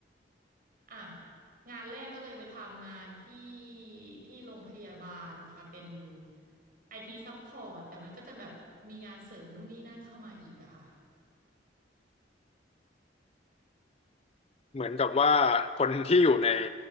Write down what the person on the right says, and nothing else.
อ่ะงานแรกก็เลยไปทำงานที่ที่โรงพยาบาลค่ะเป็นไอทีซัพพอร์ตแต่มันก็จะแบบมีงานเสริมนู่นนี่นั่นเข้ามาอีกอะค่ะ